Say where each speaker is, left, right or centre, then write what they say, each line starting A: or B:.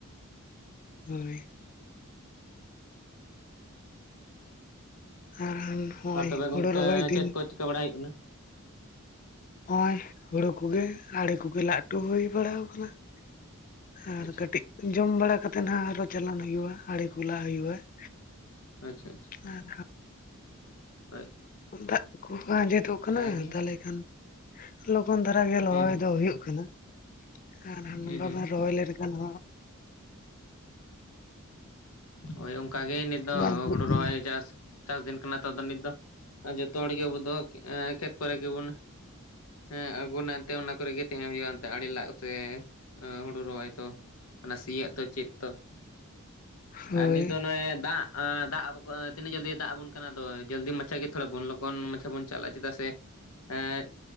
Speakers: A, on the left (about 40°); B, on the left (about 85°).
A: ᱾ ᱦᱳᱭ ᱾ <unintelligible>
B: ᱟᱨ ᱛᱚᱵᱮ
A: ᱦᱳᱲᱳ
B: ᱜᱚᱢᱠᱮ
A: ᱨᱚᱦᱚᱭ ᱫᱤᱱ
B: ᱪᱮᱫ ᱠᱚ ᱪᱮᱠᱟ ᱵᱟᱲᱟᱭ ᱦᱩᱭᱩᱜ ᱠᱟᱱᱟ?
A: ᱟᱨ ᱦᱳᱲᱳ ᱠᱚᱜᱮ, ᱟᱲᱮ ᱠᱚᱜᱮ ᱞᱟᱜ ᱴᱩ ᱦᱩᱭ ᱵᱟᱲᱟ ᱟᱠᱟᱱᱟ ᱾ ᱟᱨ
B: ᱟᱪᱪᱷᱟ
A: ᱠᱟᱹᱴᱤᱡ
B: ᱟᱪᱪᱷᱟ
A: ᱡᱚᱢ ᱵᱟᱲᱟ ᱠᱟᱛᱮ ᱦᱟᱸᱜ ᱟᱨᱚ ᱪᱟᱞᱟᱱ ᱦᱩᱭᱩᱜᱼᱟ ᱟᱲᱮ ᱠᱚ ᱞᱟ ᱦᱩᱭᱩᱜᱼᱟ ᱾
B: ᱟᱪᱪᱷᱟ, ᱟᱪᱪᱷᱟ ᱾
A: ᱟᱨ
B: <inaudible>
A: ᱫᱟᱜ ᱠᱚᱦᱚᱸ ᱟᱸᱡᱮᱫᱚᱜ
B: ᱚᱱᱠᱟᱜᱮ
A: ᱠᱟᱱᱟ, ᱛᱟᱦᱚᱞᱮ ᱠᱷᱟᱱ ᱞᱚᱜᱚᱱ ᱫᱷᱟᱨᱟ ᱜᱮ ᱞᱚᱦᱚᱭ
B: ᱦᱩᱸ ᱦᱩᱸ
A: ᱫᱚ ᱦᱩᱭᱩᱜ ᱠᱟᱱᱟ ᱾ ᱟᱨ ᱦᱟᱱᱟ
B: ᱦᱩᱸ
A: ᱵᱟᱵᱮᱱ
B: ᱦᱩᱸ
A: ᱨᱚᱦᱚᱭ ᱞᱮᱱᱠᱷᱟᱱ ᱦᱚᱸ
B: ᱦᱳᱭ ᱚᱱᱠᱟ ᱜᱮ ᱱᱤᱛ ᱫᱚ
A: ᱵᱟᱝ ᱦᱩᱭᱩᱜ
B: ᱦᱩᱲᱩ
A: ᱠᱟᱱᱟ
B: ᱨᱚᱦᱚᱭ ᱪᱟᱥ ᱪᱟᱥ ᱫᱤᱱ ᱠᱟᱱᱟ ᱛᱚ, ᱱᱤᱛ ᱫᱚ ᱡᱚᱛᱚ ᱦᱚᱲ ᱜᱮ ᱟᱵᱚ ᱫᱚᱦᱚ ᱠᱮᱜᱼᱟ ᱠᱷᱮᱛ ᱠᱚᱨᱮ ᱜᱮᱵᱚᱱ ᱦᱮᱸ ᱟᱹᱜᱩᱱᱟᱱ ᱛᱮ, ᱚᱱᱟ ᱠᱚᱨᱮᱜ ᱜᱮ ᱛᱟᱦᱮᱸ ᱦᱩᱭᱩᱜᱼᱟ, ᱮᱱᱛᱮ ᱟᱲᱮ ᱞᱟᱜ ᱥᱮ ᱦᱩᱲᱩ ᱨᱚᱦᱚᱭ ᱛᱚ ᱾ ᱚᱱᱟ ᱥᱤᱭᱟᱜ ᱫᱚ ᱪᱮᱫ ᱛᱚ ᱾
A: ᱦᱳᱭ
B: ᱟᱨ ᱱᱤᱛ ᱫᱚ ᱱᱚᱜᱼᱚᱭ ᱫᱟᱜ ᱟᱸ ᱫᱟᱜ ᱛᱤᱱᱟᱹᱜ ᱡᱚᱞᱫᱤ ᱫᱟᱜ ᱟᱵᱚᱱ ᱠᱟᱱᱟ ᱟᱫᱚ ᱡᱚᱞᱫᱤ ᱢᱟᱪᱷᱟ ᱜᱮ ᱛᱷᱚᱲᱟ ᱵᱚᱱ ᱞᱚᱜᱚᱱ ᱢᱟᱪᱷᱟ ᱜᱮ ᱵᱚᱱ ᱪᱟᱞᱟᱜᱼᱟ ᱪᱮᱫᱟᱜ ᱥᱮ
A: <inaudible>
B: ᱮᱸᱜ